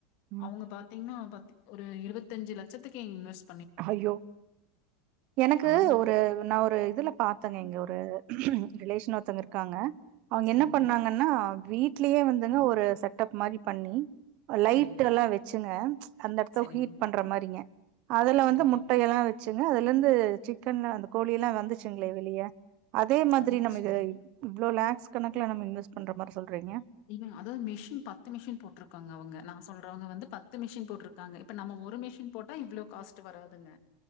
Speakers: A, on the right (about 50°); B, on the left (about 55°).
A: ம்
B: அவுங்க பாத்திங்ன்னா பாத் ஒரு இருவத்தஞ்சு லட்சத்துக்கே இன்வெஸ்
A: ஐயோ எனக்கு
B: அவங்க
A: ஒரு நா ஒரு இதுல பாத்தங்க இங்க ஒரு ரிலேஷன் ஒருத்தங்க இருக்காங்க அவங்க
B: சரிங்க,
A: என்ன பண்ணாங்கனா வீட்லயே வந்துங்க ஒரு செட்டப் மாரி பண்ணி லைட்
B: சரிங்க,
A: எல்லா வச்சுங்க அந்த எடத்த
B: சரிங்க.
A: ஹீட் பண்ற மாரிங்க அதுல
B: சரிங்க.
A: வந்து முட்டயெல்லா வச்சுங்க அதுல இருந்து சிக்கன் அந்த கோழி எல்லா வந்துச்சுங்களே வெளிய அதே மாதிரி
B: வந்துச்சுங்க.
A: நம்ம இத இவ்ளோ லேக்ஸ் கணக்குல நம்ம இன்வெஸ்ட் பண்ற மாரி சொல்றீங்க
B: இல்ல அதாவது மிஷின் பத்து மிஷின் போட்ருக்காங்க அவங்க நா சொல்றவங்க வந்து பத்து மிஷின் போட்ருக் காங்க இப்ப நம்ம ஒரு மிஷின் போட்டா இவ்ளோ காஸ்ட் வராதுங்க